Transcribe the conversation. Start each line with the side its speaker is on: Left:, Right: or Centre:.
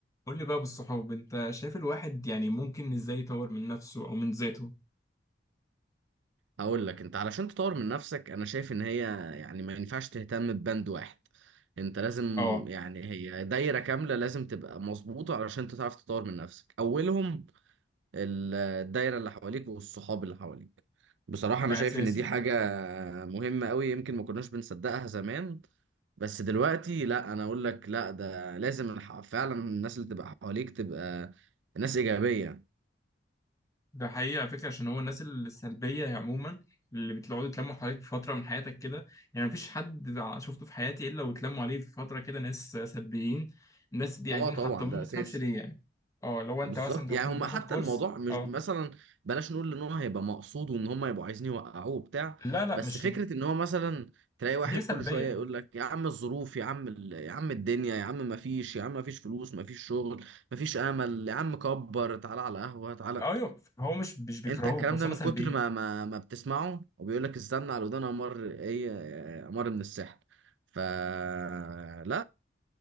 Left: قول لي بقى بالصحاب انت شايف الواحد يعني ممكن ازاي يطور من نفسه او من ذاته
Right: هقول لك انت علشان تطور من نفسك انا شايف ان هي يعني ما ينفعش تهتم ببند واحد انت لازم
Left: اه
Right: يعني هي دايرة كاملة لازم تبقى مظبوطة علشان انت تعرف تطور من نفسك اولهم ال- الدايرة اللي حواليك والصحاب اللي حواليك بصراحة انا
Left: ده
Right: شايف
Left: اساسي
Right: ان دي حاجة مهمة قوي يمكن ما كناش بنصدقها زمان بس دلوقتي لا انا اقول لك لا ده لازم الح- فعلا الناس اللي تبقى حواليك تبقى ناس إيجابية
Left: ده حقيقة على فكرة عشان هو الناس السلبية عموما اللي بتقعدوا يتلموا حواليك في فترة من حياتك كده يعني مفيش حد شفته في حياتي الا واتلموا عليه في فترة كده ناس سلبيين الناس دي
Right: اه
Left: عايزين
Right: طبعا
Left: يحطموه
Right: ده
Left: ما
Right: اساسي
Left: تفهمش ليه يعني اه لو انت
Right: بالظبط
Left: مثلا انت
Right: يعني
Left: تكون
Right: هم
Left: بتاخد
Right: حتى
Left: كورس
Right: الموضوع مش
Left: اه
Right: مثلا بلاش نقول ان هو هيبقى مقصود وان هم يبقوا عايزين يوقعوه وبتاع
Left: لا لا
Right: بس
Left: مش
Right: فكره ان هو مثلا تلاقي واحد
Left: هي سلبية
Right: كل شويه يقول لك يا عم الظروف يا عم ال... يا عم الدنيا يا عم ما فيش يا عم ما فيش فلوس ما فيش شغل ما فيش امل يا عم كبر تعالى على قهوه تعالى
Left: ايوه هو مش مش بيكرهوك
Right: انت الكلام
Left: بس
Right: ده
Left: هم
Right: من
Left: سلبيين
Right: كتر ما ما, ما بتسمعه وبيقول لك استنى على ودان امر ايه امر من السحر فلا